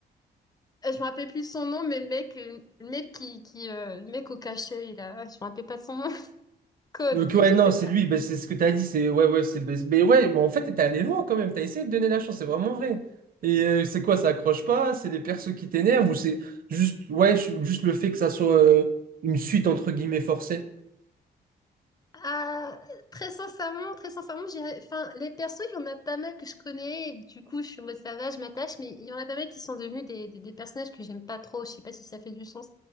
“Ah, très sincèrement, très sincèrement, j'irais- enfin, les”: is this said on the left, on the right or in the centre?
Left